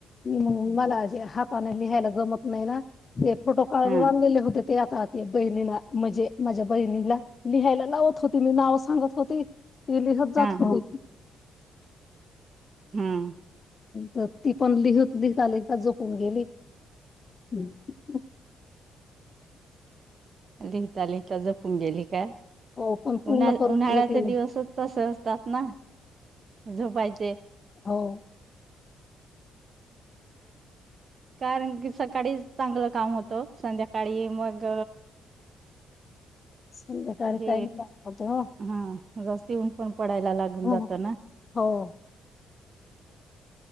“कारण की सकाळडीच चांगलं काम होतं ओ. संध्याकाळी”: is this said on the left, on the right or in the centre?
Right